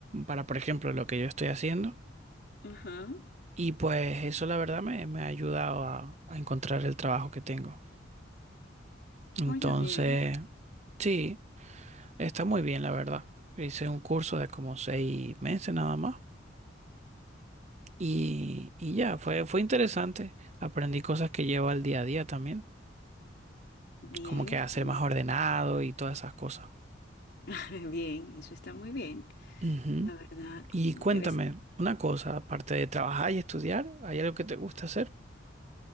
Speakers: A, on the right (about 35°); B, on the left (about 55°).
A: para, por ejemplo, lo que yo estoy haciendo.
B: ajá.
A: Y pues eso la verdad me, me ha ayudado a, a encontrar el trabajo que tengo. Entonces,
B: Oye, bien,
A: sí, está muy bien la verdad. Hice un curso de como seis meses nada más. Y, y ya, fue, fue interesante. Aprendí cosas que llevo al día a día también,
B: bien,
A: como que a ser
B: bien,
A: más ordenado y todas esas cosas.
B: <laughs> bien, eso está muy bien,
A: Ujú.
B: la verdad,
A: Y
B: me
A: cuéntame
B: interesa.
A: una cosa, aparte de trabajar y estudiar, ¿hay algo que te gusta hacer?